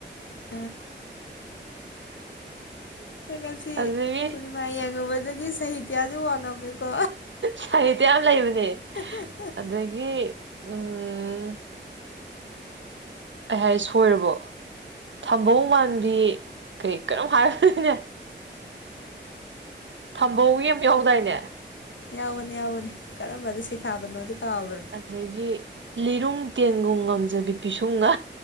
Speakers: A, on the left; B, on the right.
A: <unintelligible> ꯀꯁꯤ
B: ꯑꯗꯒꯤ
A: ꯄꯨ ꯃꯥ ꯌꯦꯡꯉꯨꯕꯗꯒꯤ ꯁꯥꯍꯤꯇ꯭ꯌꯥꯗꯤ ꯋꯥꯡꯉꯝꯃꯦꯀꯣ
B: ꯁꯍꯤꯠꯌꯥ ꯂꯩꯕꯅꯦ
A: <unintelligible>
B: ꯑꯗꯒꯤ ꯎꯝ ꯑꯩ ꯍꯥꯏ ꯁꯣꯏꯔꯕꯣ ꯊꯝꯕꯧ ꯃꯥꯟꯕꯤ ꯀꯩ ꯀꯔꯝ ꯍꯥꯏꯔꯅꯦ ꯊꯝꯕꯧ ꯌꯦꯝꯍꯧꯗꯥꯏꯅꯦ
A: ꯌꯥꯎꯒꯅꯤ ꯌꯥꯎꯒꯅꯤ ꯀꯔꯝꯕꯗꯣ ꯁꯩꯊꯥꯕꯅꯣꯗꯤ ꯀꯥꯎꯈ꯭ꯔꯦ
B: ꯑꯗꯒꯤ ꯂꯤꯔꯨꯡ ꯇꯦꯟꯒꯨꯝ ꯉꯝꯖꯕꯤ ꯄꯤꯁꯨꯡꯅ